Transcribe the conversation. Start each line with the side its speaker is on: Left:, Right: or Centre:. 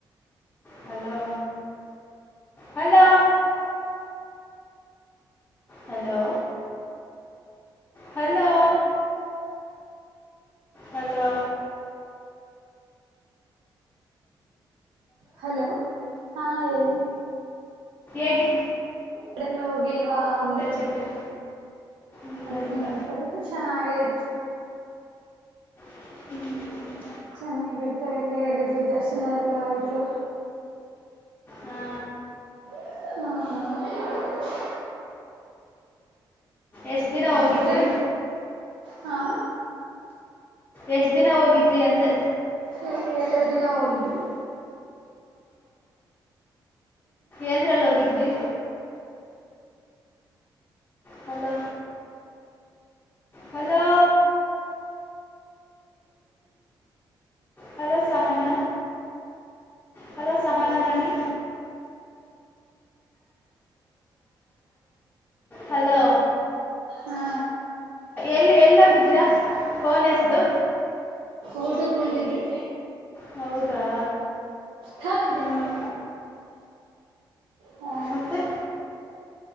Left: hello hello hello hello hello
Right: hello ಹಾ ಹೇಳಿ
Left: ಏಗ್
Right: ಟ್ರೈನ್ ಹೋಗಿಲ್ವಾ ಅಂದೆ,
Left: ಜೊತೆ ಇಲ್ಲ
Right: ನನ್ ಸ್ನೇಹಿತರದು
Left: ಇಲ್ಲ
Right: ಚೆನ್ನಗೆಯ್ತು
Left: ಹ್ಮ್
Right: ಚೆನ್ನಾಗಿ ಬೆಟ್ಟಾಗಲ್ಲ ಹೇರಿದ್ವಿ ದರ್ಶನ ಎಲ್ಲ ಆಯ್ತು
Left: ಹಾ
Right: ಹಾ
Left: ಎಷ್ಟ್ ದಿನ ಹೋಗಿದ್ರಿ?
Right: ಮತ್ತೆ ಹಾ
Left: ಎಷ್ಟ್ ದಿನ ಹೋಗಿದ್ರಿ ಅಂದೆ
Right: ಎರ್ ಎರಡ್ ದಿನ ಹೋಗಿದ್ವಿ
Left: ಏಂದ್ರಲ್ ಹೋಗಿದ್ರಿ? Hello hello hello Sahana hello Sahana Rani hello
Right: ಹಾ
Left: ಎಲ್ಲಿ ಎಲ್ಲೋಗಿದ್ದೀರಾ? ಫೋನ್ ಎಸ್ದು
Right: ಊಟಕ್ ಬಂದಿದ್ವಿ.
Left: ಹೌದಾ
Right: ಹಾ
Left: ಹಾಂ
Right: ನಿನ್ ಹಾ
Left: ಮತ್ತೆ